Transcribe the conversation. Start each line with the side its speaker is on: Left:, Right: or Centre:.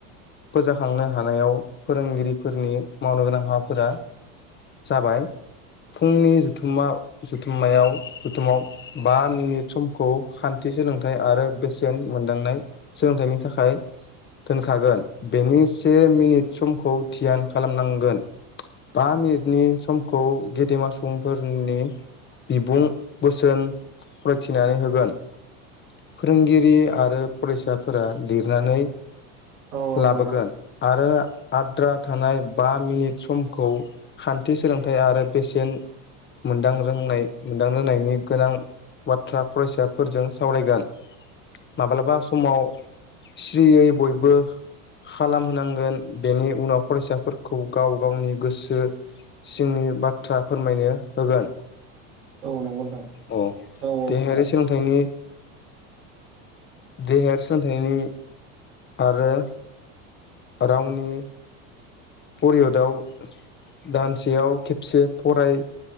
Left: फोजाखांनो हानायाव फोरोंगिरिफोरनि मावनो गोनां हाबाफोरा जाबाय फुंनि जुथुमा जुथुमायाव जुथुमाव नि समखौ खान्थि सोलोंथाइ आरो बेसेन मोन्दांनाय सोलोंथाइनि थाखाय दोनखागोन बेनि से मिनिट समखौ धियान‌ खालामनांगोन बा मिनिटनि सम खौ गेदेमा सुबुंफोरनि बिबुं बोसोन फरायथिनानै होगोन फोरोंगिरि आरो फरायसाफोरा लिरनानै
Right: हागोन
Left: लाबोगोन आरो आद्रा थानाय बा मिनिट समखौ खान्थि सोलोंथाइ आरो बेसेन मोनदां रोंनाय मोनदां रोंनायनि गोनां बाथ्रा फरायसाफोरजों सावरायगोन माब्लाबा समाव स्रियै बयबो खालामहोनांगोन बेनि उनाव फरायसाफोरखौ गाव गावनि गोसो सिंनि बाथ्रा फोरमायनो होगोन।
Right: औ नंगौ नोंथां।
Left: औ
Right: औ
Left: देहायारि सोलोंथाइनि देहायारि सोलोंथाइनि आरो रावनि परियदआव दानसेयाव खेबसे फराय